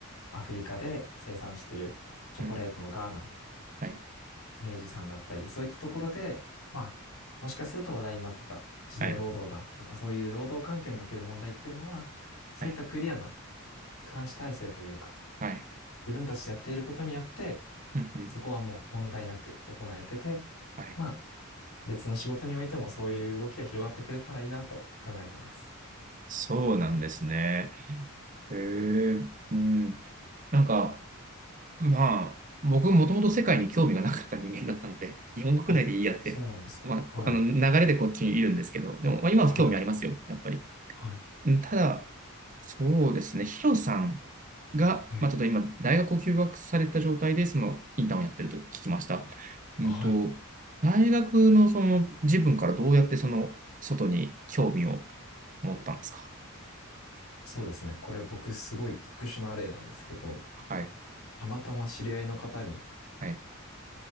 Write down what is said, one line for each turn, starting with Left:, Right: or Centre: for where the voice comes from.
Left: アフリカで生産してるチョコレートのガーナ、
Right: うん、はい、
Left: 明治さんだったり、そういったところで、まあ、もしかすると話題になってた児童労働が、
Right: はい、
Left: とかそういう労働環境における問題っていうのは、そういったクリアな
Right: はい、
Left: 監視体制というか、
Right: はい、
Left: 自分たちでやっていることによって、
Right: うん、うん、
Left: そこはもう問題なく行えてて、
Right: はいはいああはいうんはいえうんはいはいはいはいうんうんはい
Left: まあ、別の仕事においてもそういう動きが広がってくれたらいいなと考えてます。
Right: そうなんですね。へえうん。なんか、まあ、僕もともと世界に興味がなかった人間だったので、日本国内でいいやって、
Left: あ、そうなんですか。
Right: まあ、
Left: はい。
Right: あの流れでこっちにいるんですけど、でも、まあ、今は興味ありますよ、
Left: はい。
Right: やっぱり。
Left: はい。
Right: うんただ、そうですね、ヒロさんが、
Left: はい。
Right: まあ、ちょっと今、大学を休学された状態で、そのインターンをやってると聞きました。うんと、
Left: はい。
Right: 大学のその自分からどうやってその外に興味を持ったんですか
Left: そうですね。これ僕すごい特殊な例なんですけど、
Right: はい、
Left: たまたま知り合いの方に、
Right: はい、